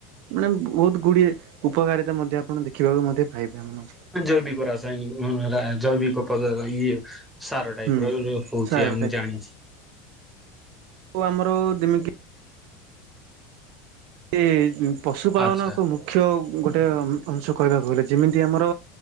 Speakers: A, on the right; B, in the centre.
A: ମାନେ ବହୁତ ଗୁଡ଼ିଏ ଉପକାରିତା ମଧ୍ୟ ଆପଣ ଦେଖିବାକୁ ମଧ୍ୟ ପାଇପାରୁନ।
B: ହଁ ଜୈବିକ ରାସାୟନିକ ମାନେ ଜୈବିକ ପଦାର୍ଥ ଇଏ ସାର ଟାଇପର
A: ହୁଁ
B: ହଉଛି
A: ସାର
B: ଆ ମୁଁ ଜାଣିଛି।
A: ଆଉ ଆମର ଯେମିତି କି ପଶୁପାଳନ
B: ଆଚ୍ଛା
A: ଏକ ମୁଖ୍ୟ ଗୋଟେ ଅଂଶ କହିବାକୁ ଗଲେ ଯେମିତି ଆମର